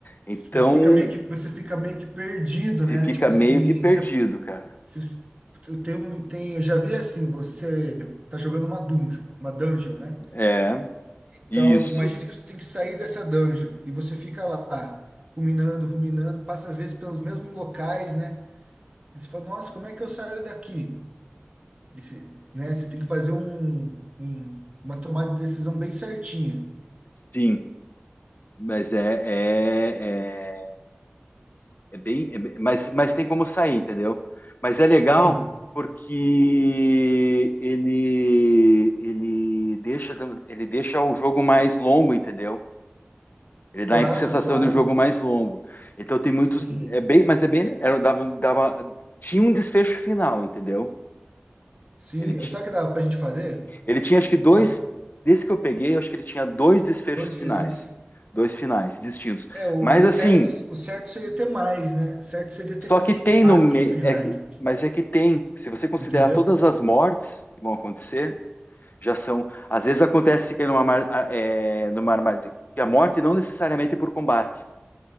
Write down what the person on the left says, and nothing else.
Então,
se
fica
meio
que perdido,
cara.
É,
isso,
sim. Mas é, é, é É bem, é bem- mas, mas tem como sair, entendeu? Mas é legal
porque ele ele deixa ele deixa o jogo mais longo, entendeu? Ele dá
a sensação
de um jogo mais longo. Então tem muitos
é bem, mas é bem era dava, um- dava tinha um desfecho final, entendeu?
Ele
tinha,
ele tinha acho que dois
desse que eu peguei, eu acho que ele tinha dois desfechos
finais,
dois finais distintos.
Mas
assim,
Só que
tem
no me-
é que, mas é que tem, se você considerar
todas as mortes que vão acontecer, já são, às vezes acontece que é numa mar- a- é, numa armadilha, que a morte não necessariamente é por combate,